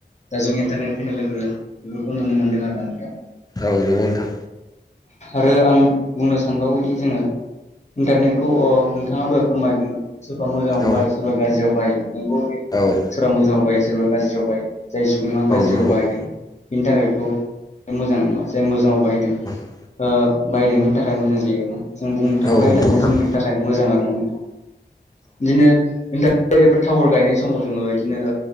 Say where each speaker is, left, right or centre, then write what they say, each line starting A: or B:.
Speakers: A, on the left (about 40°); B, on the left (about 20°).
A: दा जों इन्टारनेट फिनो लोगो बेफोरखौ नुनो मोनदों आरो ना नोंथां
B: औ नंगौ नोंथां
A: आरो आं बुंनो सानबावोदि जोङो इन्टारनेटखौ अ नोंथाङा दहाय फोरमायदों सोरबा मोजाङाव
B: औ
A: बाहायो सोरबा गाज्रियाव बाहायो नंगौ दे
B: औ
A: सोरबा मोजाङाव बाहायो सोरबा गाज्रियाव बाहायो जाय सुबुङा गाज्रियाव
B: नंगौ
A: बाहायदों
B: औ
A: बेनि थाखायथ' मोजां नङा जाय मोजाङाव बाहायदों
B: औ
A: ओ बाहायदों बेनि थाखाय मोजां जायो आरो ना जों बुंनो थाङोब्ला
B: नंगौ नोंथां
A: जों होननानै जोंनि
B: औ
A: थाखाय मोजां आरो नोंथां। बिदिनो इन्टारनेट एबा टावार गायनाय समाव जोङो बिदिनो